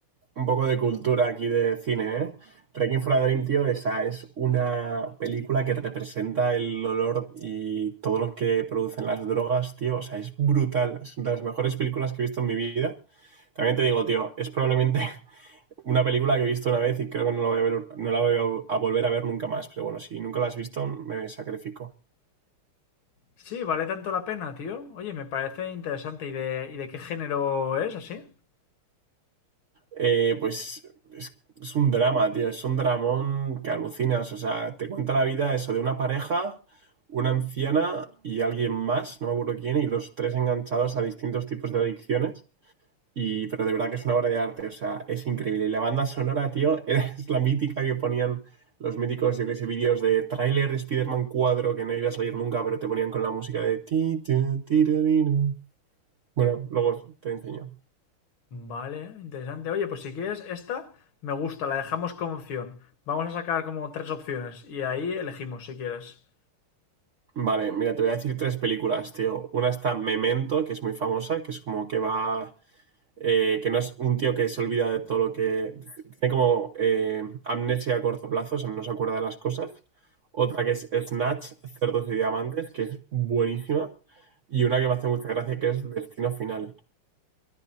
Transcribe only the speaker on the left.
Sí, vale tanto la pena, tío. Oye, me parece interesante. ¿Y de, y de qué género es así?
Vale, interesante. Oye, pues si quieres esta, me gusta, la dejamos como opción. Vamos a sacar como tres opciones y ahí elegimos si quieres.